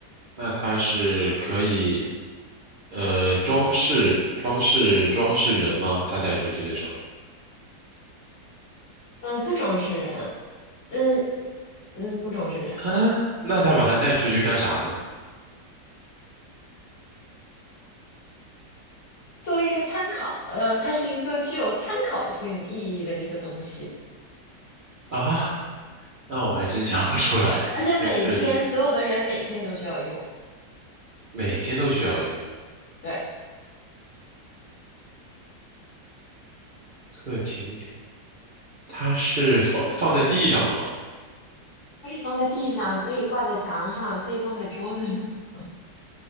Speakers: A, on the right; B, on the left.
A: 那它是可以，呃，装饰装饰装饰人吗？它带出去的时候
B: 嗯，不装饰人，嗯嗯，不装饰人，
A: 啊，那它把它带出去干啥呢？
B: 作为一个参考，呃，它是一个具有参考性意义的一个东西，
A: 啊，那我还真想不出来。
B: 而且每天所有的人每天都需要用，
A: 在客厅每天都需要用，
B: 对。
A: 客厅里它是放放在地上的吗？
B: 可以放在地上，可以挂在墙上，可以放在桌子上。<laughs>